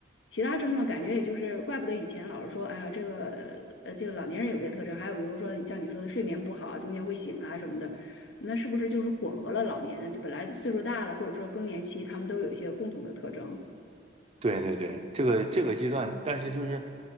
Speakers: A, on the left; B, on the right.
A: 其他症状感觉也就是，怪不得以前老是说，哎呀，这个呃，这个老年人有这些特征，还有比如说像你说的睡眠不好啊，中间会醒啊什么的，那是不是就是混合了老年，就本来岁数大了，或者说更年期，他们都有一些共同的特征？
B: 对对对，这个这个阶段，但是就是，